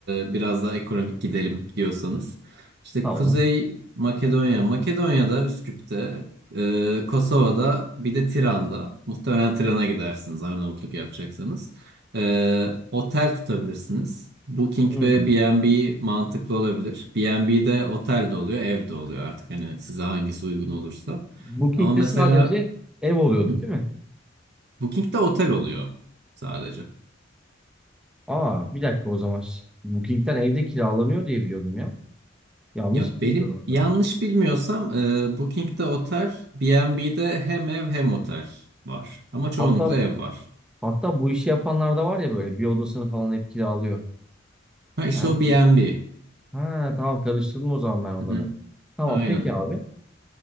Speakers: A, on the right; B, in the centre.
A: e, biraz daha ekonomik gidelim diyorsanız. İşte
B: Tamam.
A: Kuzey Makedonya, Makedonya'da Üsküp'te, e, Kosova'da bir de Tiran'da. Muhtemelen Tiran'a gidersiniz Arnavutluk yapacaksanız. Ee, otel tutabilirsiniz. Booking
B: Hmm.
A: ve B&B mantıklı olabilir. B&B'de otel de oluyor, ev de oluyor artık hani size hangisi uygun olursa.
B: Booking'de
A: Ama mesela
B: sadece ev oluyordu
A: hı,
B: değil mi?
A: Booking'de otel oluyor sadece.
B: Aa bir dakika o zaman. Ş- Booking'den evde kiralanıyor diye biliyordum ya. Yanlış
A: Ya benim
B: mı biliyorum acaba?
A: yanlış bilmiyorsam e, Booking'de otel, B&B'de hem ev hem otel var. Ama çoğunlukla
B: Hatta
A: ev var.
B: hatta bu işi yapanlar da var ya böyle bir odasını falan hep kiralıyor.
A: Ha işte
B: Ha,
A: o
B: bi-
A: B&B.
B: ha tamam karıştırdım o zaman ben onları.
A: Hı hı.
B: Tamam
A: Aynen.
B: peki abi.